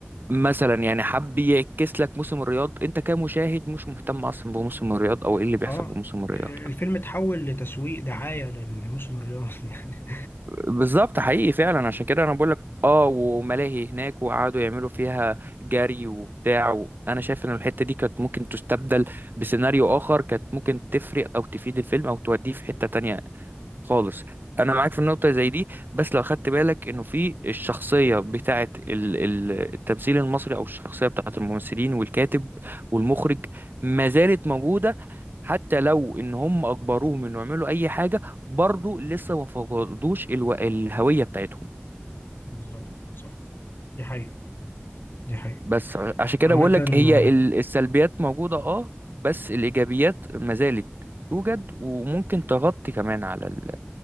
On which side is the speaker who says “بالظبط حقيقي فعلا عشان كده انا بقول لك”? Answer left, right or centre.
Right